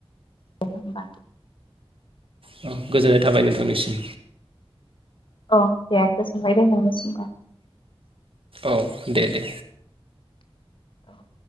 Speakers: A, on the left (about 55°); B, on the right (about 60°).
A: दे होमबा
B: औ गोजोननाय थाबाय नोंथांनिसिम
A: औ दे गोजोनबाय दे नोंनिसिमबो
B: औ दे दे
A: औ